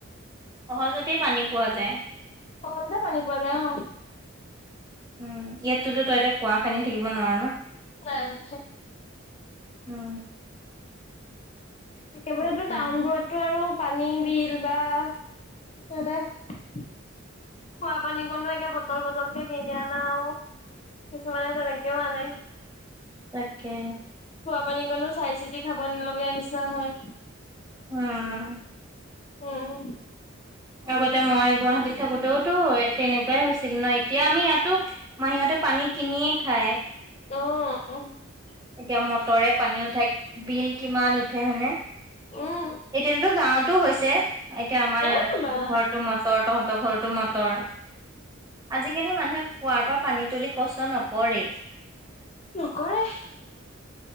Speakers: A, on the right; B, on the left.
A: সহজতে পানী পোৱা যায়।
B: সহজতে পানী পোৱা যায় অ।
A: উম ইয়াতোতো তই এতিয়া কুৱা খান্দি থাকিব নোৱাৰ ন
B: নাই নাই
A: উম।
B: একেবাৰেতো
A: তাকে
B: টাউনবোৰতো আৰু পানী বিল বা সিহঁতে খোৱা পানী কনো, একে বটল, বটলকে কিনি আনা আৰু। কিছুমানে, তেনেকেও আনে।
A: তাকে।
B: খোলা পানীকণো চাই চিতি খাব নলগা, নিচিনা হয়।
A: উম।
B: উম।
A: আগতে মই গুৱাহাটীত থাকোতেওতো, তেনেকুৱাই হৈছিল ন, এতিয়া আমি ইয়াতো মাহীহঁতে পানী পানী কিনিয়ে খায়।
B: অ'।
A: এতিয়া মটৰে পানী উঠাই, বিল কিমান উঠে হয়নে,
B: উম
A: এতিয়াতো গাঁৱতো হৈছে। এতিয়া আমাৰ
B: এ বা
A: ঘৰৰটো মটৰ, তহঁতৰ ঘৰতো মটৰ। আজি কালি মানুহে কুঁৱাৰ পৰা পানী তুলি কষ্ট নকৰেই।
B: নকৰে।